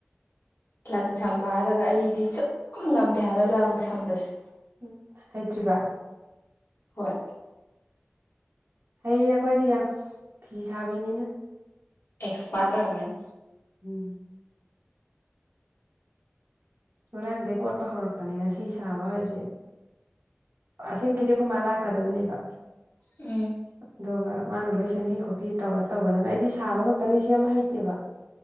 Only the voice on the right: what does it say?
ꯎ ꯍꯩꯇ꯭ꯔꯤꯕ
ꯍꯩꯔ ꯑꯩꯈꯣꯏꯗꯤ ꯌꯥꯝ ꯐꯤ ꯁꯥꯕꯤꯅꯤꯅ
ꯎꯝ ꯉꯔꯥꯡꯗꯒꯤ ꯀꯣꯠꯄ ꯍꯧꯔꯛꯄꯅꯦ ꯉꯁꯤ ꯁꯥꯕ ꯍꯧꯁꯦ ꯑꯁꯦꯡꯀꯤꯗꯤ ꯑꯩꯈꯣꯏ ꯃꯥ ꯂꯥꯛꯀꯗꯕꯅꯦꯕ
ꯑꯗꯨꯒ ꯃꯥꯅ ꯂꯣꯏ ꯁꯦꯝꯕꯤ ꯈꯣꯠꯄꯤ ꯇꯧꯔ ꯇꯧꯒꯗꯕ ꯑꯩꯗꯤ ꯁꯥꯕ ꯈꯛꯇꯅꯤ ꯁꯦꯝꯕ ꯍꯩꯇꯦꯕ